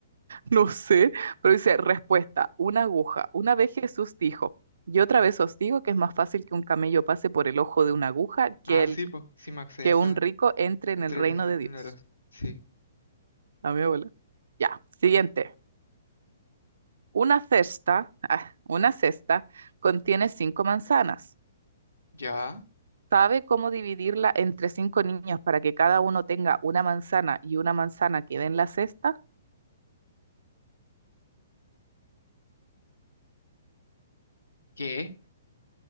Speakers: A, on the right; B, on the left.
A: No sé, pero dice respuesta, una aguja. Una vez Jesús dijo, y otra vez os digo que es más fácil que un camello pase por el ojo de una aguja que,
B: Ah,
A: el,
B: sí, po. Sí, me sé
A: que
B: esa
A: un rico entre en
B: entre
A: el reino
B: el,
A: de Dios.
B: uno de los... Sí.
A: A mi abuela. Ya, siguiente. Una cesta, ah, una cesta contiene cinco manzanas.
B: ¿Ya?
A: ¿Sabe cómo dividirla entre cinco niños para que cada uno tenga una manzana y una manzana quede en la cesta?
B: ¿Qué?